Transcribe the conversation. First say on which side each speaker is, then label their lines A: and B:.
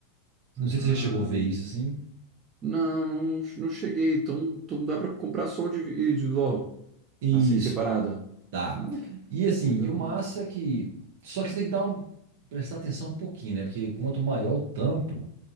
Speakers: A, on the right; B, on the right.
A: Não sei
B: Ah,
A: se você já chegou a ver isso assim.
B: não, não, não cheguei. Então, então dá para comprar só o divi- individual,
A: Isso.
B: assim, separado.
A: Dá.
B: Ah, que,
A: E assim,
B: que legal.
A: e o massa é que. Só que você tem que dar um... prestar atenção um pouquinho, né? Porque quanto maior o tampo,